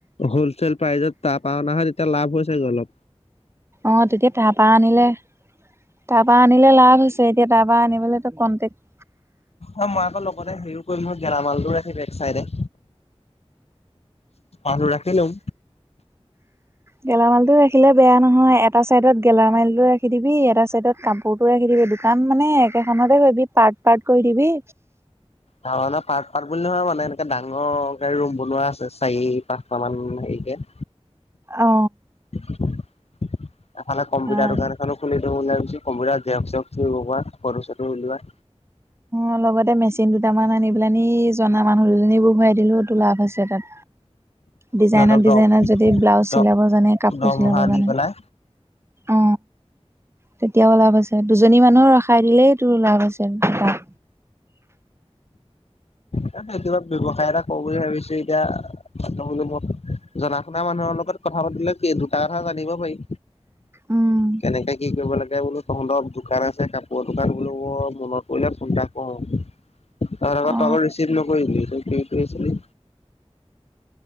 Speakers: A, on the left; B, on the right.
A: হলচেল প্ৰাইজত তাহ পাও ননা হয় তেতিয়া লাভ হৈছে জানো?
B: অ তেতিয়া তাৰপা আনিলে তাৰপা আনিলে লাভ হৈছে। এতিয়া দাবা আনিবলৈতো কণ্টেক্ট
A: অ মই আকৌ লগতে হেৰিও কৰিম ম গেলামালটো ৰাখি বে চাইডে। অ ৰাখিলো
B: গেলামালটো ৰাখিলে বেয়া নহয় এটা চাইডত গেলামালটো ৰাখি দিবি এটা চাইডত কাপোৰটো ৰাখি দিবি দোকান মানে একেখনতে কৰিবি পাৰ্ট পাৰ্ট কৰি দিবি
A: পাৰ্ট পাৰ্ট বুলি নহয় মানে এনেকে ডাঙৰ গে ৰুম বনোৱা আছে চাৰি পাঁচটা মান হেৰিকে।
B: অ।
A: এফালে কম্পিউটাৰ
B: অ
A: দোকান এখনো খুলিম। ওলাই পিছত কোমোৰা জেৰক্স চেৰক্স লগোৱা ফটো চটো ওলোৱা
B: অ লগতে মেচিন দুটামান আনি পেলানী জনা মানুহ দুজনী বহোৱাই দিলেওতো লাভ আছে তাত ডিজাইনৰ
A: সিহঁতক
B: ডিজাইনৰ যদি ব্লাউজ
A: দ
B: চিলাব জানে কাপোৰ
A: দৰমহা
B: চিলাব
A: দি
B: জানে
A: পেলাই
B: অ তেতিয়াও লাভ আছে দুজনী মানুহ ৰখাই দিলেই তোৰ লাভ আছে তাত
A: তাকেহে কিবা ব্যৱসায় এটা কও বুলি ভাবিছো এতিয়া অতদিন মূৰত জনা শুনা মানুহৰ লগত কথা পাতিলে কি দুটা কথা জানিব পাৰিম
B: উম
A: কেনেকে কি কৰিব লাগে বোলো তহঁতৰ দোকান আছে কাপোৰৰ দোকান বোলো বৰ মনত পৰিলে ফোন এটা কৰো অ
B: অ
A: তহঁতৰ ৰি চিপ নকৰিলি তই কি কৰি আছিলি